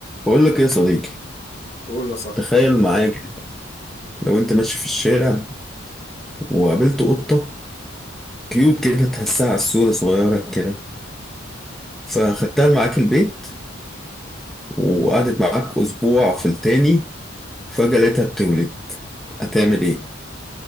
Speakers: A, in the centre; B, on the left.
A: بقول لك يا صديقي
B: قول يا صاحبي
A: تخيل معايا مم. كده لو انت ماشي في الشارع وقابلت قطة كيوت كده تحسها على الصورة صغيرة كده فخدتها معاك البيت وقعدت معاك أسبوع في التاني فجأة لقيتها بتولد هتعمل ايه؟